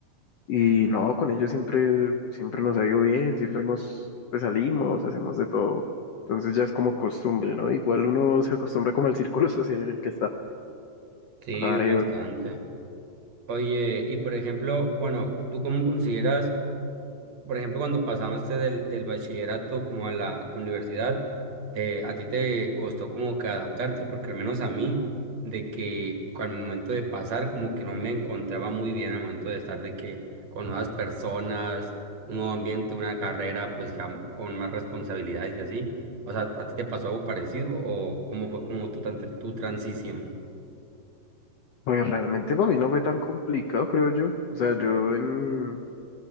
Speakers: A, on the left (about 70°); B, on the right (about 50°).
A: Y no, con ellos siempre, siempre nos ha ido bien, siempre hemos, pues salimos, hacemos de todo. Entonces ya es como costumbre, ¿no? Igual uno se acostumbra como al círculo <laughs> social en el que está.
B: Sí,
A: Creo
B: bastante.
A: yo.
B: Oye, y por ejemplo, bueno, ¿tú cómo consideras? Por ejemplo, cuando pasaste del, del bachillerato como a la universidad, eh, a ti te costó como que adaptarte, porque al menos a mí, de que al momento de pasar, como que no me encontraba muy bien al momento de estar de que con nuevas personas, un nuevo ambiente, una carrera, pues ya con más responsabilidades y así. O sea, ¿a ti te pasó algo parecido o cómo fue como tu, tran- tu transición?
A: Pues realmente para mí no fue tan complicado, creo yo. O sea, yo en,